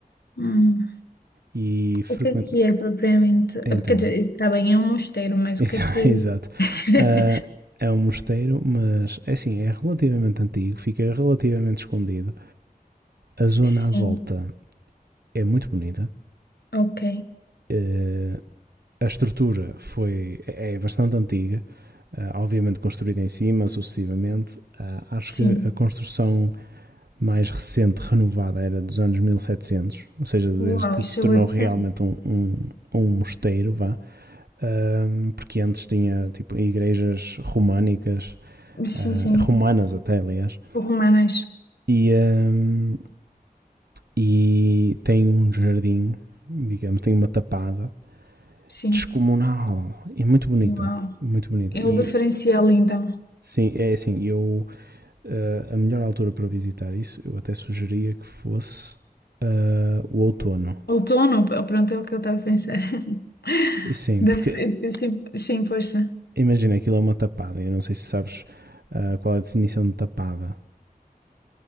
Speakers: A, on the left; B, on the right.
A: Hum.
B: e frequente.
A: O que é que é propriamente?
B: Então,
A: Eh, Quer dizer, está bem, é um mosteiro, mas
B: <laughs>
A: o que é que.
B: exato.
A: <laughs>
B: Ah, é um mosteiro, mas é assim, é relativamente antigo, fica relativamente escondido. A zona
A: Sim,
B: à volta é muito bonita.
A: ok.
B: Eh, a estrutura foi, é é bastante antiga, ah, obviamente construída em cima sucessivamente. Ah, acho
A: Sim.
B: que a construção mais recente, renovada, era dos anos 1700 ou seja, desde
A: Uau,
B: que
A: isso
B: se tornou
A: é o
B: realmente
A: tema.
B: um, um, um mosteiro, vá. ahm, porque antes tinha tipo igrejas românicas,
A: Sim,
B: ah,
A: sim.
B: romanas até, aliás,
A: Romanas.
B: e, ahm, e tem um jardim, digamos, tem uma tapada
A: Sim.
B: descomunal e muito bonita,
A: Uau.
B: muito bonita.
A: É
B: E
A: o diferencial, então.
B: sim, é assim, eu ah, a melhor altura para visitar isso, eu até sugeria que fosse ah, o outono.
A: Outono, p- pronto, é o que eu estava a pensar. <laughs>
B: E Sim,
A: Deve-
B: porque
A: Sim, sim, força.
B: imagina aquilo é uma tapada, eu não sei se sabes ah, qual é a definição de tapada.